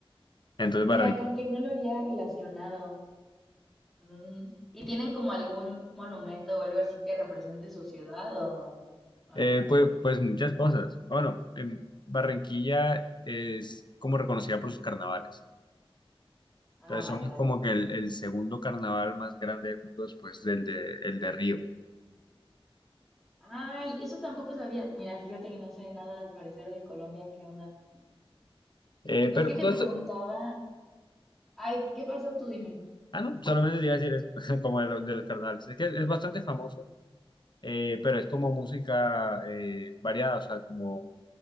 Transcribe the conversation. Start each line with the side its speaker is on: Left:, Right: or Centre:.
Left: Entonces,
Centre: Mira,
Left: Barranquilla.
Centre: como que no lo había relacionado. Mm, ¿Y tienen como algún monumento o algo así que represente su ciudad o, o
Left: Eh,
Centre: no?
Left: pues, pues muchas cosas. Bueno, em, Barranquilla es como reconocida por sus carnavales.
Centre: Ah,
Left: Entonces,
Centre: vale,
Left: somos
Centre: vale.
Left: como que el, el segundo carnaval más grande del mundo después del de, el de Río.
Centre: Ay, eso tampoco sabía. Mira, fíjate que no sé nada al parecer de Colombia. ¿Qué onda?
Left: Eh,
Centre: Es
Left: pero,
Centre: que
Left: pues,
Centre: te preguntaba. Ay, ¿qué pasó? Tú dime.
Left: ah, no, solamente te iba a decir eso, <laughs> como de los, de los carnavales. Es que es bastante famoso, eh, pero es como música eh, variada, o sea, como